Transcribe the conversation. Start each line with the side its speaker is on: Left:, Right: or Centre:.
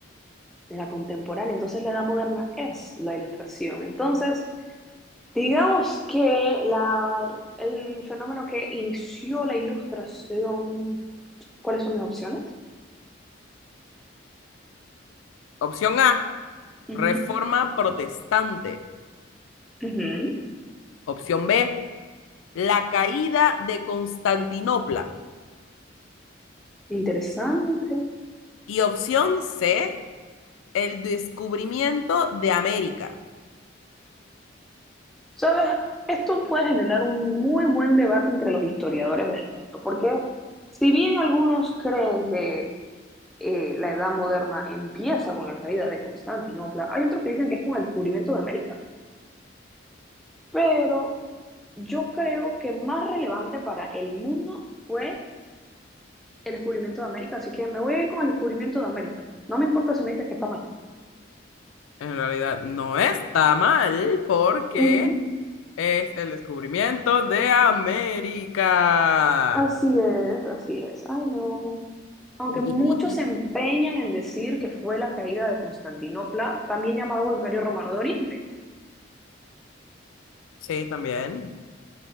Centre: de la contemporánea, entonces la edad moderna es la ilustración. Entonces, digamos que la, el fenómeno que inició la ilustración, ¿cuáles son mis opciones?
Left: Opción A,
Centre: Ujú,
Left: reforma protestante.
Centre: ujú.
Left: Opción B, la caída de Constantinopla.
Centre: Interesante.
Left: Y opción C, El descubrimiento de América.
Centre: ¿Sabes? Esto puede generar un muy buen debate entre los historiadores del mundo, porque si bien algunos creen que eh, la edad moderna empieza con la caída de Constantinopla. Hay otros que dicen que es con el descubrimiento de América, pero yo creo que más relevante para el mundo fue el descubrimiento de América, así que me voy a ir con el descubrimiento de América. No me importa si me dices que está mal.
Left: En realidad no está mal porque
Centre: Ujú.
Left: es el descubrimiento de América.
Centre: Así es, así es. Ay, no. Aunque
Left: <laughs>
Centre: muchos se empeñan en decir que fue la caída de Constantinopla, también llamado Imperio Romano de Oriente.
Left: Sí, también.